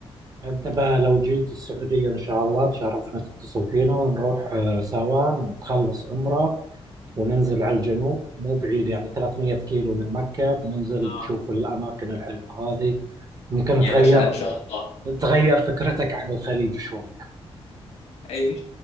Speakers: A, on the right; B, on the left.
A: انت بقى لو جيت السعوديه ان شاء الله تشرفنا تتصل فينا ونروح آه، سوا نتخلص عمره وننزل على الجنوب مو بعيد يعني 300 كيلو من مكه بننزل
B: اه
A: نشوف الاماكن الحلوه هذه ممكن تغير
B: يا باشا ان شاء الله
A: تغير فكرتك عن الخليج شويه
B: أي-